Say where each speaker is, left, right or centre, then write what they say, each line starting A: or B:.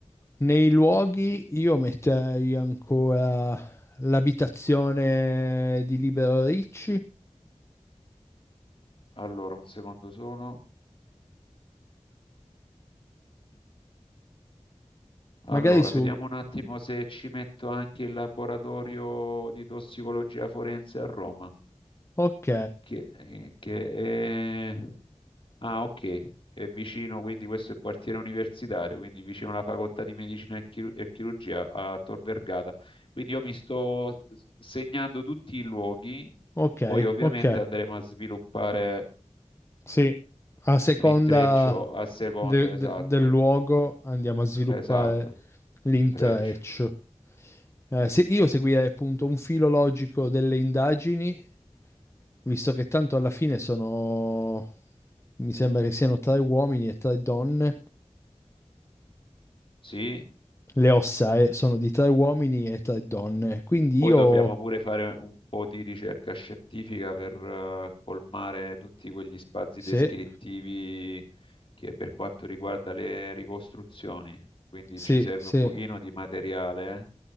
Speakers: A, on the left (about 25°); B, on the left (about 45°).
A: Nei luoghi io metterei ancora l'abitazione di Libero Ricci,
B: allora un secondo solo.
A: magari
B: Allora,
A: su...
B: vediamo un attimo se ci metto anche il laboratorio di tossicologia forense a Roma,
A: Ok,
B: che, eh, che è... Ah, ok, è vicino, quindi questo è il quartiere universitario, quindi vicino alla facoltà di medicina e, chiru- e chirurgia a Tor Vergata. Quindi io mi sto s- segnando tutti i luoghi,
A: ok,
B: poi ovviamente
A: ok.
B: andremo a sviluppare
A: Sì, a seconda
B: l'intreccio a seconda,
A: de-
B: esatto,
A: de- del luogo andiamo a sviluppare
B: esatto,
A: l'intreccio.
B: intreccio.
A: Eh, se io seguirei appunto un filo logico delle indagini, visto che tanto alla fine sono, mi sembra che siano tre uomini e tre donne,
B: Sì,
A: le ossa eh, sono di tre uomini e tre donne, quindi
B: Poi
A: io,
B: dobbiamo pure fare un po' di ricerca scientifica per eh, colmare tutti quegli spazi
A: se,
B: descrittivi che per quanto riguarda le ricostruzioni. Quindi
A: se,
B: ci serve
A: se
B: un pochino di materiale,